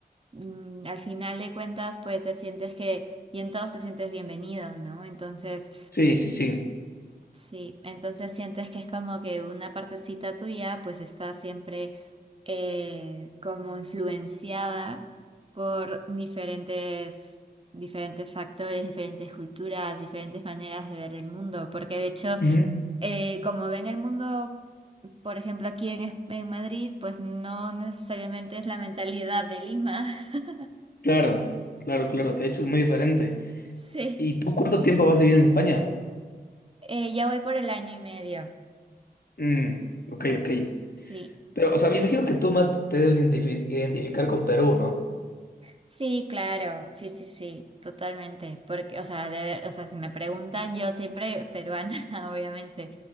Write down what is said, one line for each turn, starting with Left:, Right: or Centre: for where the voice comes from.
Right: mm, Al final de cuentas, pues te sientes que, y en todos te sientes bienvenido, ¿no? Entonces,
Left: sí, sí, sí.
Right: Sí, entonces sientes que es como que una partecita tuya pues está siempre eh, como influenciada por diferentes, diferentes factores, diferentes culturas, diferentes maneras de ver el mundo, porque de hecho
Left: Ujú,
Right: eh, como ven el mundo, por ejemplo aquí en, Es- en Madrid, pues no necesariamente es la mentalidad de Lima. <laughs>
Left: Claro, claro, claro, de hecho es muy diferente.
Right: Sí,
Left: ¿Y tú cuánto tiempo vas a vivir en España?
Right: Eh, ya voy por el año y medio.
Left: Mm, ok, ok.
Right: Sí.
Left: Pero, o sea, me imagino que tú más te debes identifi- identificar con Perú, ¿no?
Right: Sí, claro, sí, sí, sí, totalmente, porque, o sea, de ver- o sea, si me preguntan, yo siempre peruana, <laughs> obviamente,